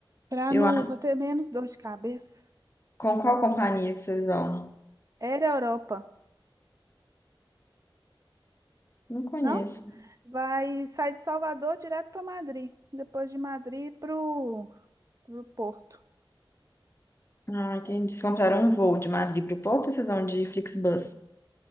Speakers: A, on the right; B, on the left.
A: pra
B: Eu
A: não,
B: acho.
A: pra ter menos dor de cabeça.
B: Com qual companhia que vocês vão?
A: Era Europa.
B: Não conheço.
A: não Vai sair de Salvador direto para Madrid. Depois de Madrid para o Porto.
B: Ah, entendi. Vocês compraram um voo de Madrid para o Porto, ou vocês vão de Flixbus?